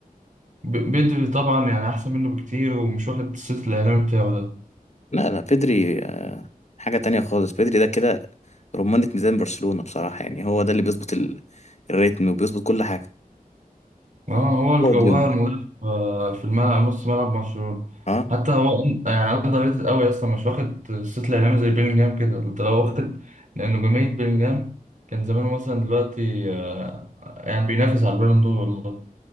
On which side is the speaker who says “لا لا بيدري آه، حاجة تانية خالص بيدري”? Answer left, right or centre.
Left